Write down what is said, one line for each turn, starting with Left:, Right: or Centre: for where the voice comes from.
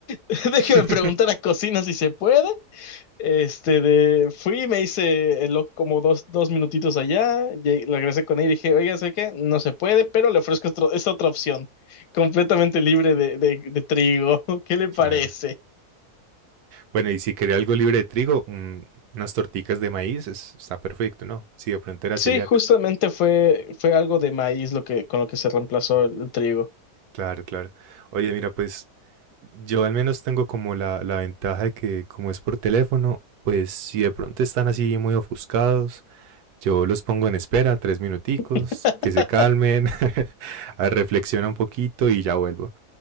Left: <laughs> déjeme
Right: <laughs>
Left: preguntar a cocina si se puede. Este, de, fui, me hice el lo- como dos, dos minutitos allá, lle- regresé con él y dije, oiga, sé que no se puede, pero le ofrezco otro- esta otra opción, completamente libre de, de, de trigo. <laughs> ¿Qué le parece?
Right: Claro. Bueno, y si quería algo libre de trigo, un- unas torticas de maíz, es- está perfecto, ¿no? Si de pronto era
Left: Sí,
Right: celíaca.
Left: justamente fue, fue algo de maíz lo que, con lo que se reemplazó el el trigo.
Right: Claro, claro. Oye, mira, pues yo al menos tengo como la, la ventaja de que como es por teléfono, pues si de pronto están así muy ofuscados, yo los pongo en espera tres minuticos,
Left: <laughs>
Right: que se calmen, <laughs> a- reflexiona un poquito y ya vuelvo.